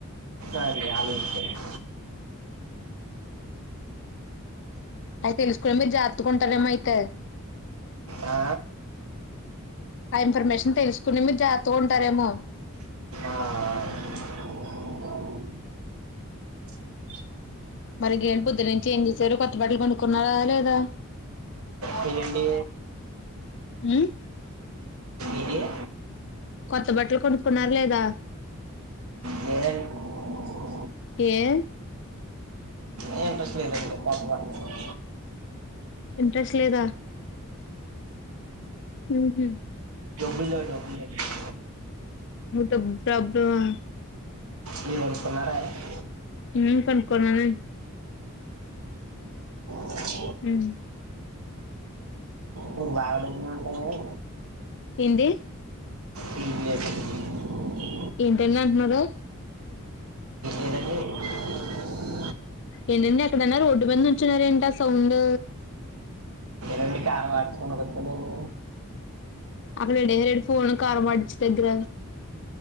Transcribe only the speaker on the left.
అయ్యి తెలుసుకుని మీరు జాగ్రత్తగుంటారేమో అయితే
ఆ ఇన్ఫర్మేషన్ తెలుసుకుని మీరు జాగ్రత్తగా ఉంటారేమో
మరి ఇగమ్ పోద్దు నుంచి ఏం చేసారు కొత్త బట్టలు కొనుక్కున్నారా లేదా
ఉమ్
కొత్త బట్టలు కొనుకున్నారా లేదా
ఏ
ఇంట్రెస్ట్ లెదా ఉహు
మొత్తం ప్రాబ్లమ్
ఉ కొనుక్కున్నానండి
ఉమ్
ఎంది
ఏంటండి అంటున్నారు
ఏంటండి ఎక్కడన్నా రోడ్డు మీద నిల్చున్నర ఏంటి అ సౌండ్
అక్కడ ఎడేహరేడు ఫోన్ కారుమాడిచ్చె దగ్గర